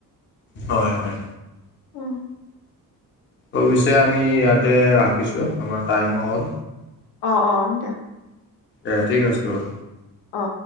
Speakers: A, on the left; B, on the left.
A: হয় হয়।
B: উম
A: অ পিছে আমি ইয়াতে ৰাখিছোঁ আমাৰ টাইমো হ'ল।
B: অ অ দিয়া।
A: এ ঠিক আছে বাৰু।
B: অ